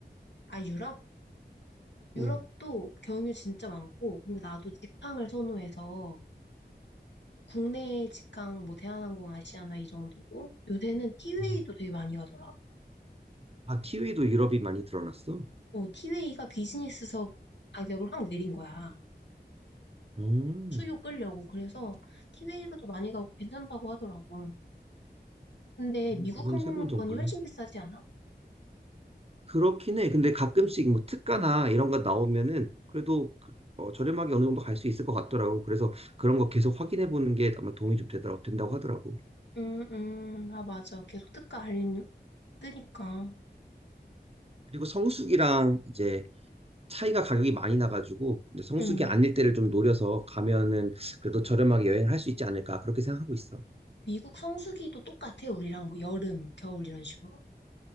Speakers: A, on the left; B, on the right.
A: 아, 유럽? 유럽도
B: 응.
A: 경유 진짜 많고, 근데 나도 직항을 선호해서, 국내 직항, 뭐, 대한항공, 아시아나 이 정도고, 요새는 티웨이도
B: 음.
A: 되게 많이 가더라.
B: 아, t 웨이도 유럽이 많이 드러났어?
A: 어, 티웨이가 비즈니스석 가격을 확 내린 거야.
B: 음,
A: 수요 끌려고. 그래서 티웨이로도 많이 가고 괜찮다고 하더라고. 근데 미국
B: 그건
A: 항공권이
B: 새로운 정보.
A: 훨씬 비싸지 않아?
B: 그렇긴 해. 근데 가끔씩 뭐 특가나 이런 거 나오면은 그래도 그- 어, 저렴하게 어느 정도 갈 수 있을 것 같더라고. 그래서 그런 거 계속 확인해 보는 게 아마 도움이 좀 되더라, 된다고 하더라고.
A: 음, 음, 아, 맞아. 계속 특가 알림 뜨니까.
B: 그리고 성수기랑 이제 차이가 가격이 많이 나가지고 이제 성수기
A: 음.
B: 아닐 때를 좀 노려서 가면은 그래도 저렴하게 여행을 할 수 있지 않을까 그렇게 생각하고 있어.
A: 미국 성수기도 똑같아, 우리랑 뭐 여름, 겨울 이런 식으로.